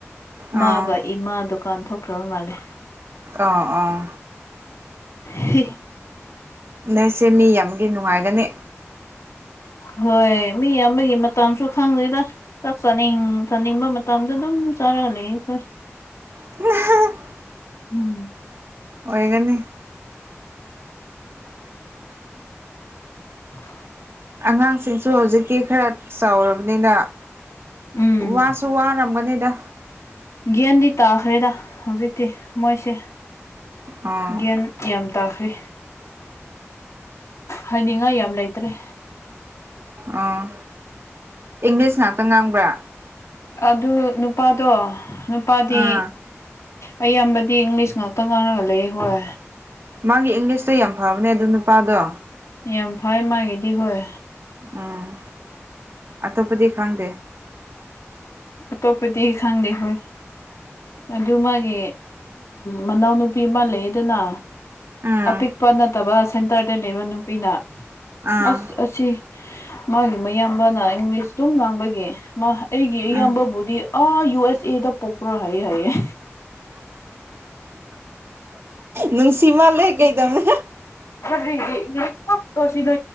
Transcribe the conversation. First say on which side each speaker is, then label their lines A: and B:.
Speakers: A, on the left; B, on the right.
A: ꯃꯥꯒ
B: ꯑꯥ
A: ꯏꯃꯥ ꯗꯨꯀꯥꯟ ꯊꯣꯛꯈ꯭ꯔꯕ ꯃꯥꯜꯂꯦ
B: ꯑꯥ ꯑꯥ
A: ꯍꯤ
B: ꯅꯁꯦ ꯃꯤ ꯌꯥꯝꯒꯤ ꯅꯨꯡꯉꯥꯏꯒꯅꯤ
A: ꯍꯣꯏ ꯃꯤ ꯑꯃꯒꯤ ꯃꯇꯝꯁꯨ ꯈꯪꯗ꯭ꯔꯤꯗ ꯆꯥꯛ ꯆꯥꯅꯤꯡ ꯆꯥꯅꯤꯡꯕ ꯃꯇꯝꯗ ꯑꯗꯨꯝ ꯆꯥꯔꯒ ꯂꯩ ꯑꯩꯈꯣꯏ
B: ꯎ
A: ꯎꯝ
B: ꯑꯣꯏꯒꯅꯤ
A: <inaudible>
B: ꯑꯉꯥꯡꯁꯤꯡꯁꯨ ꯍꯧꯖꯤꯛꯇꯤ ꯈꯔ ꯆꯥꯎꯔꯕꯅꯤꯅ
A: ꯎꯝ
B: ꯋꯥꯁꯨ ꯋꯥꯔꯝꯒꯅꯤꯗ
A: ꯒꯟꯗꯤ ꯇꯥꯈ꯭ꯔꯦꯗ ꯍꯧꯖꯤꯛꯇꯤ ꯃꯣꯏꯁꯦ
B: ꯑꯥ
A: ꯒꯟ ꯀ꯭ ꯌꯥꯝ ꯇꯥꯈ꯭ꯔꯦ ꯍꯥꯏꯅꯤꯡꯉꯥꯏ ꯌꯥꯝ ꯂꯩꯇ꯭ꯔꯦ
B: ꯑꯣ ꯏꯪꯂꯤꯁ ꯉꯥꯛꯇ ꯉꯥꯡꯕ꯭ꯔꯥ
A: ꯑꯗꯨ ꯅꯨꯄꯥꯗꯣ ꯅꯨꯄꯥꯗꯤ
B: ꯑꯥ
A: ꯑꯩꯌꯥꯝꯕꯗꯤ ꯏꯪꯂꯤꯁ ꯉꯥꯛꯇ ꯉꯥꯡꯔꯒ ꯂꯩ ꯍꯣꯏ
B: ꯃꯥꯒꯤ ꯏꯪꯂꯤꯁꯇ ꯌꯥꯝ ꯐꯕꯅꯦ ꯑꯗꯨ ꯅꯨꯄꯥꯗꯣ
A: ꯌꯥꯝ ꯐꯩ ꯃꯥꯒꯤꯗꯤ ꯍꯣꯏ
B: ꯎꯝ ꯑꯇꯣꯞꯄꯗꯤ ꯈꯪꯗꯦ
A: ꯑꯇꯣꯞꯄꯗꯤ ꯈꯪꯗꯦ ꯍꯣꯏ ꯑꯗꯨ ꯃꯥꯒꯤ ꯃꯅꯥꯎꯅꯨꯄꯤ ꯑꯃ ꯂꯩꯗꯅ
B: ꯎꯝ
A: ꯑꯄꯤꯛꯄ ꯅꯠꯇꯕ ꯁꯦꯟꯇꯔꯗ ꯂꯩꯕ ꯅꯨꯄꯤꯅ
B: ꯑꯥ
A: ꯑꯁ ꯑꯁꯤ ꯃꯥꯒꯤ ꯃꯌꯥꯝꯕꯅ ꯏꯪꯂꯤꯁ ꯇꯨꯝ ꯉꯥꯡꯕꯒꯤ ꯃꯥ ꯑꯩꯒꯤ ꯑꯌꯥꯝꯕꯕꯨꯗꯤ
B: ꯎꯝ
A: ꯑ ꯌꯨ ꯑꯦꯁ ꯑꯦꯗ ꯄꯣꯛꯄ꯭ꯔꯣ ꯍꯥꯏꯑꯦ ꯍꯥꯏꯌꯦꯦ
B: ꯅꯨꯡꯁꯤ ꯃꯥꯜꯂꯦ ꯀꯩꯗꯃꯦ
A: ꯖꯤ ꯏꯪꯂꯤꯁ ꯈꯛꯇꯣ ꯁꯤꯗ